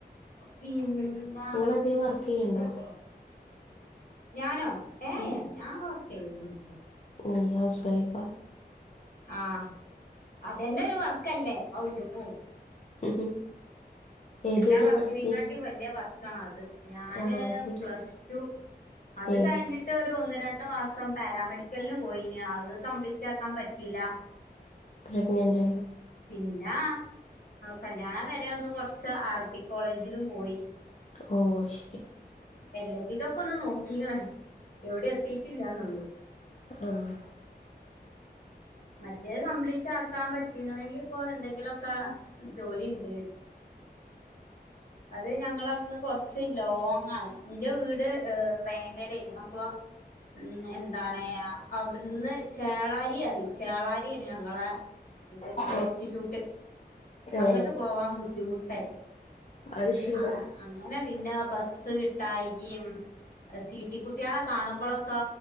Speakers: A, on the left; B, on the left.
A: പിന്ന
B: നിങ്ങളെന്തേ വർക്ക് ചെയ്യണ്ടോ
A: <unintelligible> ഞാനോ ഏയ്
B: ഉം
A: ഞാ <unintelligible>
B: നിയ്യ് ഹൗസ് വൈഫ
A: ആഹ് അതന്നെ ഒരു വർക്കല്ലേ അവന്റെ മൂ
B: ഉം ഏത്
A: എല്ലാ
B: വരെ
A: വർക്കിനേം
B: പഠിച്ച്
A: കാട്ടി വലിയ വർക്കാണത് ഞാന്
B: ആ ശരി
A: പ്ലസ് ടു അത്
B: ഏ
A: കഴിഞ്ഞിട്ട് ഒരു ഒന്ന് ര മൂന്ന് മാസം പാരാമെഡിക്കലിന് പോയിന്ന് അത് കംപ്ലീറ്റ് ആക്കാൻ പറ്റില്ല
B: പ്രഗ്നന്റ് ആയോ
A: പിന്നെ കല്യാണ വരെ ഒന്ന് കുറച്ച് അറബിക് കോളേജിലും പോയി
B: ഓ ശരി
A: എല്ല ഇതപ്പ ഒന്ന് നോക്കീക്കണേ എവിടെ എത്തീട്ടില്ലന്നുള്ളൂ
B: ആഹ
A: മറ്റേത് കംപ്ലീറ്റ് ആക്കാൻ പറ്റയിണെങ്കിൽ ഇപ്പൊ എന്തെങ്കിലുമൊക്കെ ജോലി ഇണ്ട് അത് ഞങ്ങള അവിന്ന് കൊറച്ച് ലോങ്ങ ആണ് ന്റെ വീട് ഏഹ് വേങ്ങര ആയിനു അപ്പൊ ഉം എൻ താണയ അവിടുന്ന് ചേളാരി അറിയും ചേളാരിയന്ന് ഞങ്ങളെ
B: ഓ
A: ഇൻസ്റ്റിറ്റ്യൂട്ട്
B: ഏ
A: അങ്ങോട്ട് പോവാൻ ബുദ്ധിമുട്ടായി
B: അത് ശരി
A: ആ അങ്ങനെ പിന്നെ ബസ്സ് കിട്ടി ട്ടായിക സീട്ടി കുട്ടികളെ കാണുമ്പോഴൊക്കെ